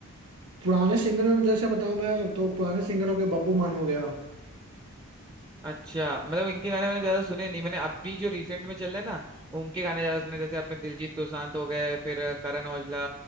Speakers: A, on the right; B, on the right.
A: पुराने सिंगर में जैसे बताऊँ मैं तो पुराने सिंगर हो गए बब्बू मान हो गया
B: अच्छा मतलब इनके गाने मैंने ज्यादा सुने नहीं मैंने अभी जो रिसेंट में चल रहे हैं ना उनके गाने ज्यादा सुने जैसे अपने दिलजीत दोसांझ हो गए फिर करण औजला